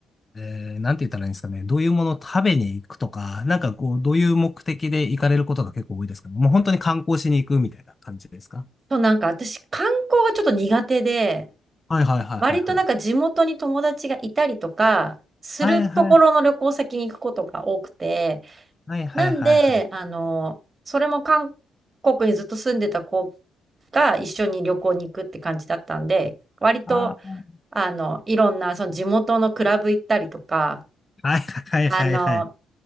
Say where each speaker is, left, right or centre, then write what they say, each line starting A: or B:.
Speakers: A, on the left (about 30°); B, on the right (about 30°).
A: う、えー、なんて言ったらいいんですかね。どういうものを食べに行くとか、なんかこう、どういう目的で行かれることが結構多いですかね。もう本当に観光しに行くみたいな感じですか
B: そう、なんか私、観光がちょっと苦手で、
A: はいはいはいはいはい。
B: 割となんか地元に友達がいたりとか、するところの旅行先に行くことが多くて、
A: はいはい。はいはいはいはい。
B: なんで、あの、それも韓国にずっと住んでた子が一緒に旅行に行くって感じだったんで、割と、
A: あー、
B: あの、いろんなその地元のクラブ行ったりとか、
A: はいはいはいはいはい。
B: あの、